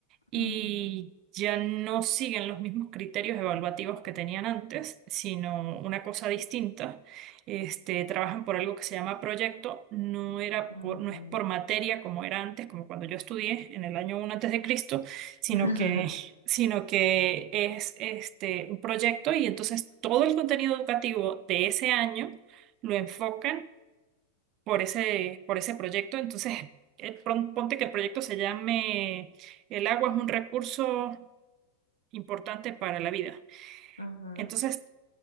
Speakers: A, on the right (about 40°); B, on the left (about 80°).
A: y
B: Ujú,
A: ya no siguen los mismos criterios evaluativos que tenían antes, sino una cosa distinta. Este, trabajan por algo que se llama proyecto, no era
B: ujú,
A: por, no es por materia como era antes, como cuando yo estudié en el año uno antes de Cristo, sino
B: <laughs>
A: que, sino que es este, un proyecto y entonces todo el contenido educativo de ese año lo enfocan por ese, por ese proyecto. Entonces, eh, pon- ponte que el proyecto se llame El agua es un recurso importante para la vida.
B: ujú,
A: Entonces,